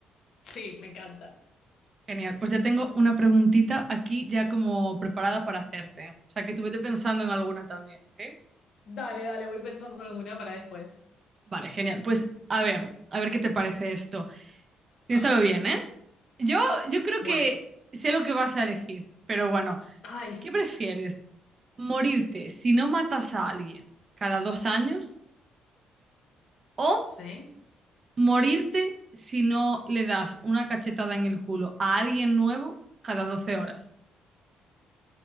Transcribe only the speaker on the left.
sí, me encanta.
Dale, dale, voy pensando en alguna para después.
Ay,
bueno,
ay,
¿sí?